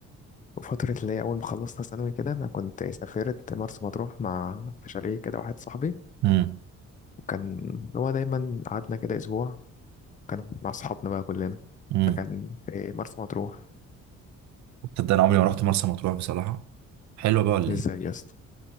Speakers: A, on the left; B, on the right.
A: وفتره اللي هي اول ما خلصنا ثانوي كده انا كنت سافرت مرسى مطروح مع في شاليه كده واحد صاحبي
B: امم
A: وكان هو دايما قعدنا كده اسبوع كان مع اصحابنا بقى كلنا
B: امم
A: فكان في مرسى مطروح
B: تصدق انا عمري ما رحت مرسى مطروح بصراحه حلوه بقى ولا
A: ازاي
B: ايه
A: يا اسطى